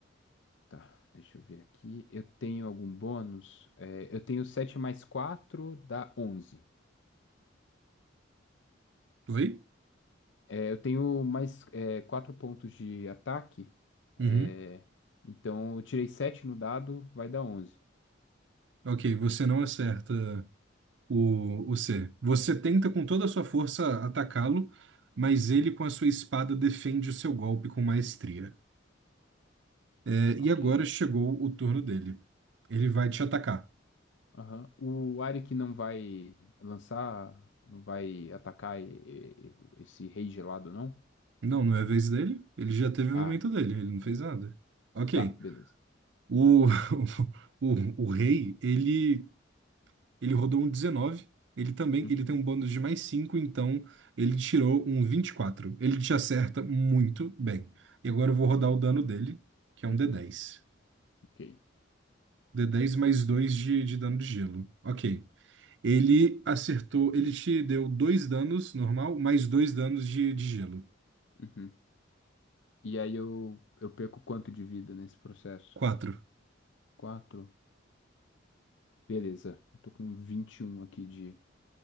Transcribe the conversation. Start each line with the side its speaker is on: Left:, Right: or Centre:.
Left: tá, deixa eu ver aqui. Eu tenho algum bônus? É, eu tenho sete mais quatro dá 11.
Right: Oi?
Left: É, eu tenho mais é, quatro pontos de ataque. É,
Right: Uhum.
Left: então eu tirei sete no dado, vai dar onze.
Right: Ok, você não acerta o, o C. Você tenta com toda a sua força atacá-lo, mas ele com a sua espada defende o seu golpe com maestria. É, e
Left: Ok.
Right: agora chegou o turno dele. Ele vai te atacar.
Left: Aham. O Arik não vai lançar, não vai atacar e- e- e- esse rei gelado, não?
Right: Não, não é a vez dele. Ele já teve o
Left: Ah,
Right: momento dele, ele não fez nada. Ok.
Left: tá, beleza.
Right: O, <laughs> o, o rei, ele, ele rodou um 19. Ele também,
Left: Uhum,
Right: ele tem um bônus de mais 5. então ele tirou um 24. Ele te acerta muito bem. E agora eu vou
Left: uhum,
Right: rodar o dano dele, que é
Left: uhum,
Right: um d dez.
Left: ok.
Right: d dez mais 2 de, de dano de gelo. Ok. Ele acertou, ele te deu dois danos normal, mais dois danos de, de gelo.
Left: Uhum. E aí eu, eu perco quanto de vida nesse processo?
Right: 4.
Left: Quatro? Beleza. Eu tô com 21 aqui de,